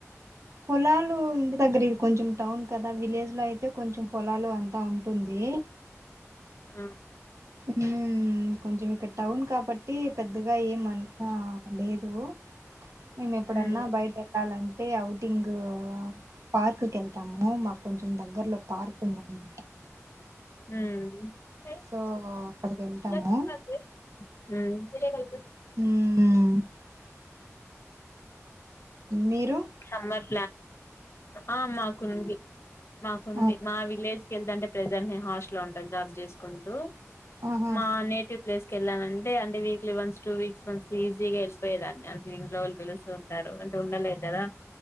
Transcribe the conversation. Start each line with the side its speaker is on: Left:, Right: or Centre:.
Right: పొలాలు ఇంటి దగ్గర ఇది కొంచెం టౌన్ కదా విలేజ్ లో అయితే కొంచెం పొలాలు అంతా ఉంటుంది
Left: ఆ
Right: ఉ కొంచం ఇక్కడ్ టౌన్ కాబట్టి పెద్దగా ఏం అంత లేదు మేము ఎప్పుడన్నా
Left: సమ్మర్
Right: బయటికి వెళ్లాలంటే ఔటింగ్ పార్క్కి ఎళ్తాము మాకు కొంచెం దగ్గరలో పార్క్ ఉందండి
Left: ఉమ్మ్
Right: సో అక్కడికి
Left: ఉమ్మ్
Right: వెళ్తాము మ్ మీరు
Left: సమ్మర్ ఆ మాకుంది మాకుంది
Right: ఆ,
Left: మా విలేజ్ ఎళ్రాంటే ప్రెసెంట్ నేన్ హాస్టలో ఉంటాను జాబ్ చేసుకుంటూ
Right: ఆహా
Left: మా నేటివ్ ప్లేస్ కెళ్ళానంటే అంటే weekly once two weeks once ఈజీగా వెళ్ళిపోయేదాన్ని ఇంట్లో ఓళ్ళు పిలుస్తూ ఉంటారు అంటే ఉండలేర్ కదా